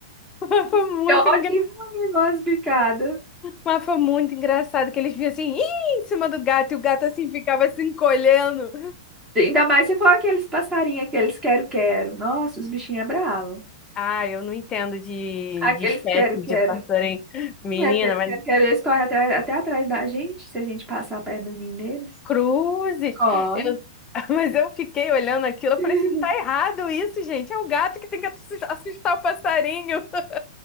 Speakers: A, on the left; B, on the right.
A: <laughs> foi
B: Os
A: muito
B: filhotes, vão levar umas bicadas.
A: Mas foi muito engraçado que eles viam assim, "Ih", em cima do gato, e o gato assim ficava se encolhendo.
B: Ainda mais se for aqueles passarinhos, aqueles quero-quero. Nossa, os bichinhos é bravo.
A: Ah, eu não entendo de,
B: Aqueles
A: de espécie
B: quero-quero.
A: de passarinho. Menina,
B: né, Aqueles
A: mas
B: quero-quero, eles correm até, até atrás da gente, se a gente passar perto do ninho deles.
A: cruzes.
B: Corre.
A: Eu, <laughs> mas eu fiquei olhando aquilo, eu
B: <laughs>
A: falei assim, tá errado isso, gente. É o gato que tem que assus- assustar o passarinho. <laughs>